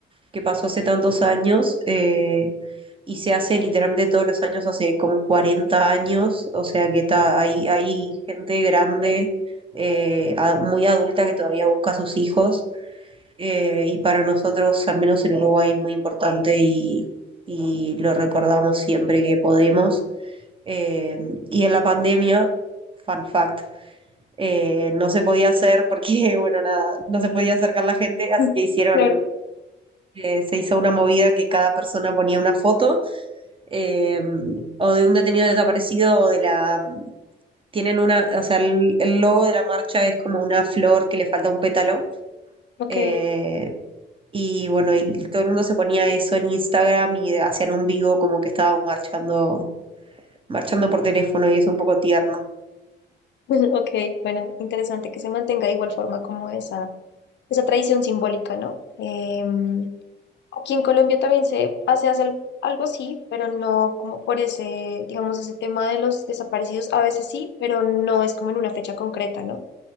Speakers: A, on the right (about 25°); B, on the left (about 65°).
A: que pasó hace tantos años eh, y se hace literalmente todos los años, hace como 40 años, o sea que ta- hay, hay gente grande, eh, a- muy adulta que todavía busca a sus hijos eh, y para nosotros, al menos en Uruguay, es muy importante y, y lo recordamos siempre que podemos. Eh, y en la pandemia, fun fact. eh, no se podía hacer porque, <laughs> bueno, nada, no se podía acercar la gente, así
B: <laughs>
A: que hicieron
B: Claro,
A: eh, se hizo una movida que cada persona ponía una foto eh, o de un detenido desaparecido o de la... Tienen una, o sea, el, el logo de la marcha es como una flor que le falta un pétalo.
B: ok.
A: eh, y bueno, y todo el mundo se ponía eso en Instagram y hacían un vivo como que estábamos marchando, marchando por teléfono y es un poco tierno.
B: <laughs> Ok, bueno, interesante que se mantenga de igual forma como esa, esa tradición simbólica, ¿no? Em, aquí en Colombia también se hace, hace al- algo así, pero no como por ese, digamos, ese tema de los desaparecidos, a veces sí, pero no es como en una fecha concreta, ¿no?